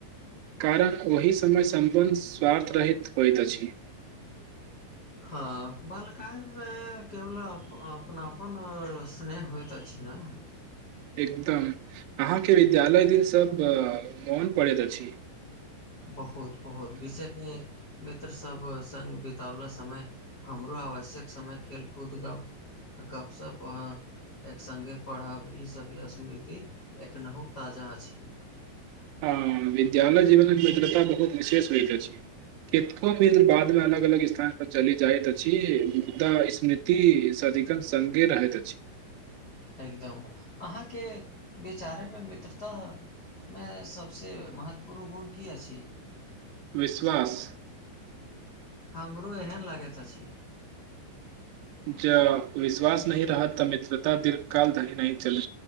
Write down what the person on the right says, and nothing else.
कारण ओहि समय सम्बन्ध स्वार्थरहित होइत अछि
एकदम अहाँके विद्यालय दिनसभ मोन पड़ैत अछि
हँ विद्यालय जीवनमे मित्रता बहुत विशेष होइत अछि केतबो भी बादमे अलग-अलग स्थान पर चलि जाइत अछि मुदा स्मृति अधिकांश संगे रहैत अछि
विश्वास
जँ विश्वास नहि रहत तऽ मित्रता दीर्घ काल धरि नहि चलि